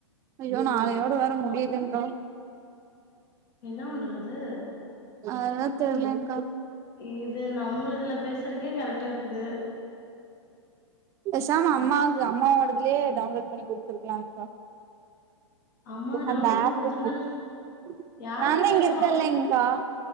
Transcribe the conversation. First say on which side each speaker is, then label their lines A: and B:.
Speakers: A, on the right (about 20°); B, on the left (about 45°).
A: ஐயோ நாளையோட வேற மு முடியுதுங்க்கா
B: என்ன பண்றது
A: அதா தெர்லங்க்கா
B: இது நம்முளுதுல பேசறக்கே கரெக்டா இருக்கு து
A: பேசாம அம்மாவுக்கு அம்மாவோடதுலயே டவுன்லோட் பண்ணி குடுத்துருக்கலாக்கா
B: அம்மா டவுன்லோட்
A: அந்த <unintelligible>
B: பண்ணி குடுத்துருந்தால் யார்ட்ட
A: நாந்தெ
B: பேசுவாங்க
A: இங்க இருக்க இல்லைங்க்கா